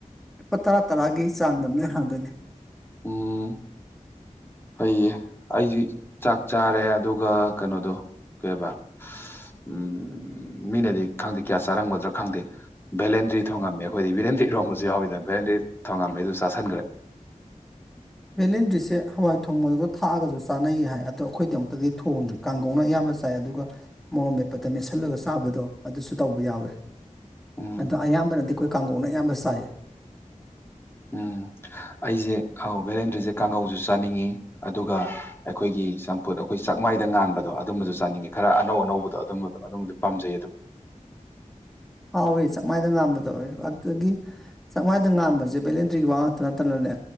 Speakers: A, in the centre; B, on the left.
A: ꯂꯨꯄꯥ ꯇꯔꯥ ꯇꯔꯥꯒꯤ ꯆꯥꯡꯗ ꯅꯣꯏ ꯍꯥꯡꯗꯣꯏꯅꯦ
B: ꯎꯝ ꯍꯩꯌꯦ ꯑꯩꯗꯤ ꯆꯥꯛ ꯆꯥꯔꯦ ꯑꯗꯨꯒ ꯀꯩꯅꯣꯗꯣ ꯀꯣꯏꯕ ꯎꯝ ꯃꯤꯅꯗꯤ ꯈꯪꯗꯦ ꯀꯌꯥ ꯆꯥꯔꯝꯒꯗ꯭ꯔꯥ ꯈꯪꯗꯦ ꯚꯂꯦꯟꯗ꯭ꯔꯤ ꯊꯣꯡꯉꯝꯃꯦ ꯑꯩꯈꯣꯏꯗꯤ ꯚꯂꯦꯟꯗ꯭ꯔꯤ ꯏꯔꯣꯡꯕꯁꯨ ꯌꯥꯎꯋꯗ ꯚꯂꯦꯟꯗ꯭ꯔꯤ ꯊꯉꯝꯃꯤ ꯑꯗꯨ ꯆꯥꯁꯟꯈ꯭ꯔꯦ
A: ꯕꯦꯂꯦꯟꯗ꯭ꯔꯤꯁꯦ ꯍꯋꯥꯏ ꯊꯣꯡꯕꯗꯨꯗ ꯊꯥꯛꯑꯒꯁꯨ ꯆꯥꯅꯩ ꯍꯥꯏ ꯑꯗꯣ ꯑꯩꯈꯣꯏꯗꯤ ꯑꯃꯨꯛꯇꯗꯤ ꯊꯣꯡꯗ꯭ꯔꯤ ꯀꯥꯡꯒꯧꯅ ꯑꯌꯥꯕ ꯆꯥꯏ ꯑꯗꯨꯒ ꯃꯣꯔꯣ ꯃꯦꯞꯄꯠꯇ ꯃꯦꯠꯁꯤꯜꯂꯒ ꯆꯥꯕꯗꯣ ꯑꯗꯨꯁꯨ ꯇꯧꯕ ꯌꯥꯎꯋꯤ
B: ꯎꯝ
A: ꯑꯗꯣ ꯑꯌꯥꯝꯕꯅꯗꯤ ꯑꯩꯈꯣꯏ ꯀꯥꯡꯒꯧꯅ ꯑꯌꯥꯝꯕ ꯆꯥꯏ
B: ꯎꯝ ꯑꯩꯁꯦ ꯚꯦꯂꯦꯟꯗ꯭ꯔꯤꯁꯦ ꯀꯥꯡꯒꯧꯁꯨ ꯆꯥꯅꯤꯡꯉꯤ ꯑꯗꯨꯒ ꯑꯩꯈꯣꯏꯒꯤ ꯁꯝꯐꯨꯠ ꯑꯩꯈꯣꯏ ꯆꯃꯥꯏꯗ ꯉꯥꯟꯕꯗꯣ ꯑꯗꯨꯝꯕꯁꯨ ꯆꯥꯅꯤꯡꯉꯦ ꯈꯔ ꯑꯅꯧ ꯑꯅꯧꯕꯗꯣ ꯑꯗꯨꯝꯕꯗꯣ ꯑꯗꯨꯝꯕꯗ ꯄꯥꯝꯖꯩ ꯑꯗꯨꯝ
A: ꯍꯥꯎꯏ ꯆꯞ ꯃꯥꯏꯅ ꯉꯥꯝꯕꯗꯣ ꯑꯗꯨꯗꯒꯤ ꯆꯥꯛ ꯃꯥꯏꯗ ꯉꯥꯟꯕꯁꯦ ꯕꯦꯂꯦꯟꯇ꯭ꯔꯤꯒꯤ ꯋꯥ ꯉꯥꯛꯇ ꯅꯠꯇꯅꯅꯦ